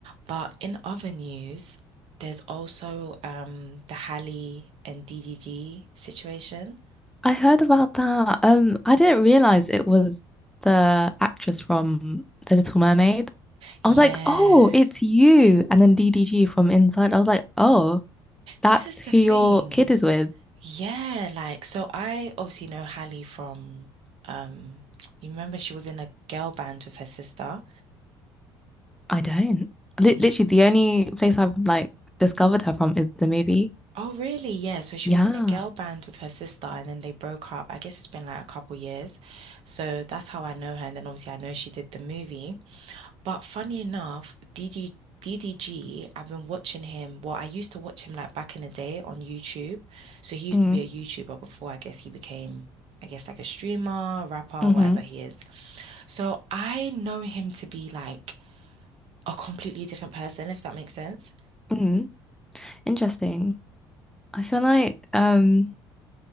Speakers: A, on the right; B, in the centre.
A: but in other news, there's also um the Halle and DDG situation.
B: I heard about that. Um, I didn't realize it was the actress from The Little Mermaid.
A: Yeah.
B: I was like, oh, it's you. And then DDG from inside. I was like, oh, that's
A: This is
B: who
A: the thing.
B: your kid is with.
A: Yeah, like so I obviously know Hallie from um you remember she was in a girl band with her sister.
B: I don't. Li-
A: Ye-
B: literally, the only place I've like discovered her from is the movie.
A: Oh really? Yeah, so she
B: Yeah.
A: was in a girl band with her sister and then they broke up. I guess it's been like a couple years. So that's how I know her and then obviously I know she did the movie. But funny enough, D D D have been watching him. Well, I used to watch him like back in the day on YouTube. So he used
B: Mm,
A: to be a YouTuber before I guess he became, I guess, like a streamer, rapper,
B: hmm
A: whatever he is. So I know him to be like a completely different person, if that makes sense.
B: Mm, interesting. I feel like um,